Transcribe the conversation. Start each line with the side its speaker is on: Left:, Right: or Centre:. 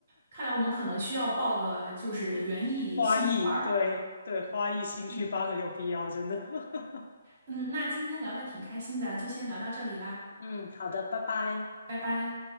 Right: 看来我们可能需要报个就是园艺兴趣班儿。
Left: 花艺，对对，花艺兴趣班很有必要，
Right: 嗯
Left: 真的。<laughs>
Right: 嗯，那今天聊的挺开心的，就先聊到这里啦，
Left: 嗯，好的，拜拜。
Right: 拜拜。